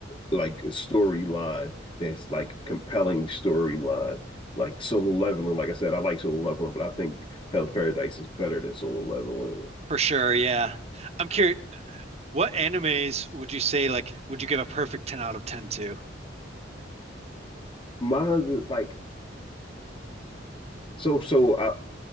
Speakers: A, on the left; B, on the right.
A: like storyline that's like compelling storyline. Like Solo Leveling, like I said, I like Solo Leveling, but I think Hell's Paradise is better than Solo Leveling.
B: for sure. Yeah, I'm curious. What animes would you say like would you give a perfect 10 out of 10 to?
A: Mine is like so so. I,